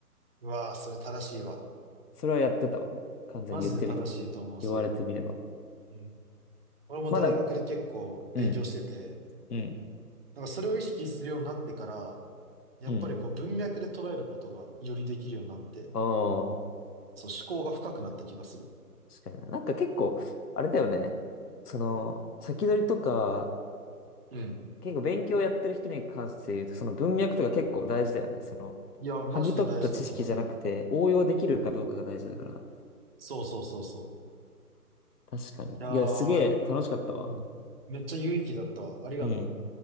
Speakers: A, on the right (about 40°); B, on the left (about 75°).
A: うわあ、それ正しいわ。
B: それはやってたわ。完全に言ってみる。
A: マジで正しいと思う、それ。
B: 言われてみれば。
A: うん。俺も大学で結構勉強してて、
B: まだ、うん、うん、
A: なんかそれを意識するようになってから、やっぱりこう文脈で捉えることがよりできるようになって、
B: うん。ああ、
A: そう思考が深くなった気がする。
B: 確かにな。なんか結構、あれだよね。その、先取りとか、
A: うん。
B: 結構勉強やってる人に関して言うと、その文脈とか結構大事だよね。その、
A: いや、マジで大事だと思うな。
B: 剥ぎ取った知識じゃなくて、応用できるかどうかが大事だから。
A: そうそうそうそう。
B: 確かに。
A: いやー、
B: いや、すげえ楽しかったわ。
A: でも、うん。めっちゃ有意義だったわ。ありがとう。
B: うん。